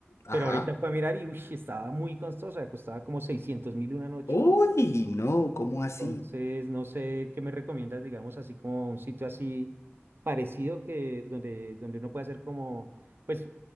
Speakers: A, on the left; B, on the right.
A: ajá.
B: pero ahorita fue a mirar y, uy, estaba muy costosa, costaba como seiscientos mil una noche.
A: Uy, no, ¿cómo
B: Entonces,
A: así?
B: no sé qué me recomiendas, digamos, así como un sitio así parecido que donde, donde uno puede hacer como, pues,